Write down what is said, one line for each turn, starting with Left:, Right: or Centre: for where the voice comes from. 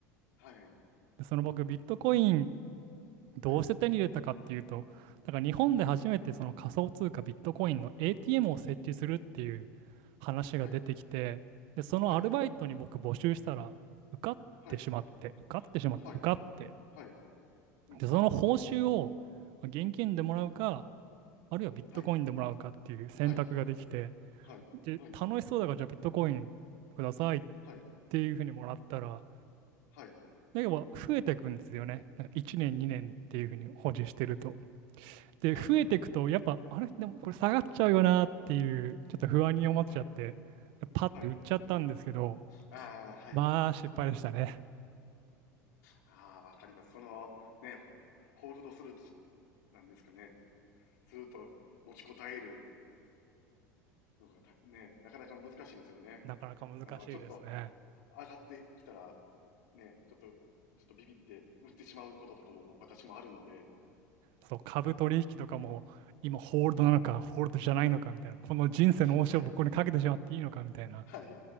Left: はい。
Right: で、その僕、ビットコインどうして手に入れたかっていうと、
Left: はい。
Right: だから日本で初めてその仮想通貨ビットコインの
Left: はい。
Right: ATM を設置するっていう話が出てきて、
Left: はい。
Right: で、そのアルバイトに僕募集したら受かってしまって、
Left: はい。はい。
Right: 受かってしまって、
Left: はい。
Right: 受かって、
Left: はい。うん。
Right: で、その報酬をまあ現金でもらうか、あるいはビットコインでもらうかっていう選択ができて、
Left: はい。はい。はい。
Right: で、
Left: はい。
Right: 楽しそうだからじゃあビットコインくださいっ
Left: はい。
Right: ていうふうにもらったら、
Left: はい。
Right: だけど増えていくんですよね。なんか1年、2年っていうふうに保持してると。で、
Left: はい。
Right: 増えていくと、
Left: はい。
Right: やっぱ、あれでもこれ下がっちゃうよなっていう、ちょっと不安に思っちゃって、
Left: はい。
Right: パッて売っちゃったんですけど、
Left: はい。ああ、はい。
Right: まあ、失敗でしたね。
Left: ああ、わかります。その、ね、ホールドする、なんですかね。ずっと持ちこたえるのがた、ね、なかなか難しいですよね。
Right: なかなか難しいですね。
Left: あの、ちょっと上がってきたら、ね、ちょっと、ちょっとビビって売ってしまうこととかも私もあるので、
Right: そう、株取引とかも、今ホールドなのか、ホールドじゃないのかみたいな、この人生の応酬を僕にかけてしまっていいのかみたいな。
Left: はい、はい、